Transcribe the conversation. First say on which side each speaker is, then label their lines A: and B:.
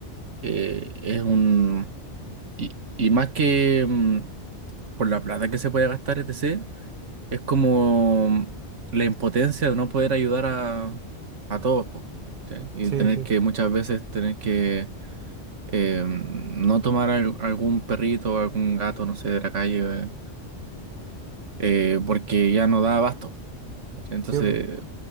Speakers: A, on the right; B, on the right.
A: eh, es un... Y, y más que mm, por la plata que se puede gastar, etc., es como mm, la impotencia de no poder ayudar a, a todos, po, ¿sí? Y
B: Sí,
A: tener
B: sí,
A: que muchas veces tener que eh, no tomar al- algún perrito o algún gato, no sé, de la calle, eh, eh, porque ya no da abasto. ¿cachai? Entonces,
B: sí. po.